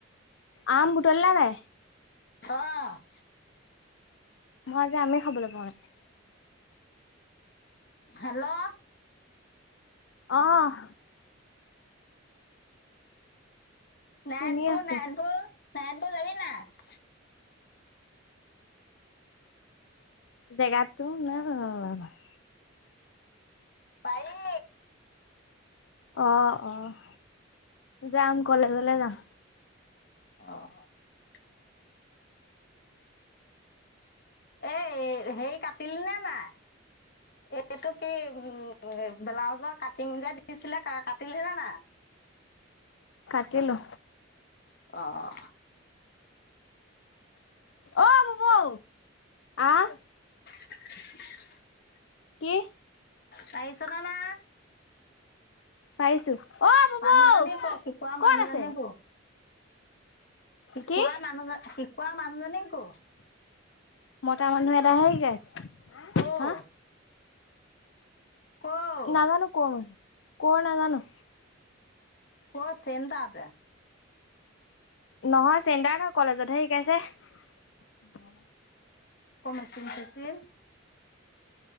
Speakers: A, on the left; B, on the left.
A: আম বুটলিলা নাই?
B: অহ।
A: মই আজি আমে খাবলৈ পোৱা নাই।
B: হেল্ল'?
A: অহ।
B: <inaudible> নাৰানপুৰ-নাৰানপুৰ?
A: শুনি আছো।
B: নাৰানপুৰ যাবি নাই?
A: জেগাত তো না <unintelligible>
B: পাৰি।
A: অহ-অহ। যাম কলেজলৈ যাম।
B: অহ। এ হেৰী কাটিল নে নাই? এইটো কি, উম, ব্লাউজঅত কাটিং যে দিছিলে, কাটিলহে ন নাই?
A: কাটিলো।
B: অহ
A: অ ববৌ। আহ?
B: <inaudible>
A: কি?
B: তাইিছদানা
A: পাৰিছো। অহ ববৌ,
B: মানুহজনীক ক' শিকোৱা মানুহজনীক
A: কত আছে?
B: ক'। শিকোৱা
A: কি
B: মানুহজন-শিকোৱা মানুহজনী ক'ৰ?
A: মটা মানুহ এটা হে শিকাইছে।
B: ক'ৰ?
A: হা
B: ক'ৰ?
A: নাজানো ক'ৰ হয়। ক'ৰ নাজানো।
B: ক'ত চেণ্টাৰত তে?
A: নহয় চেণ্টাৰ নহয়, কলেজতহে শিকাইছে।
B: আকৌ মেচিন-চেচিন।